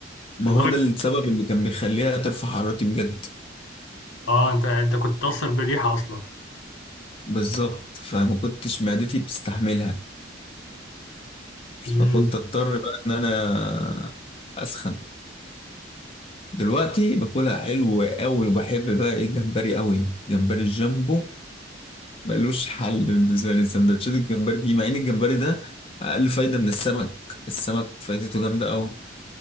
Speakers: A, on the left (about 30°); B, on the left (about 75°).
A: ما
B: لدرجه
A: هو ده السبب اللي كان بيخليها ترفع حرارتي بجد
B: اه انت انت كنت تاثر بالريحه اصلا
A: بالظبط فما كنتش معدتي بتستحملها
B: مم.
A: فكنت اضطر بقى ان انا اسخن دلوقتي باكلها حلو قوي وبحب بقى ايه الجمبري قوي جمبري الجامبو ملوش حل بالنسبه لي سندوتشات الجمبري دي مع ان الجمبري ده اقل فايده من السمك السمك فايدته جامده قوي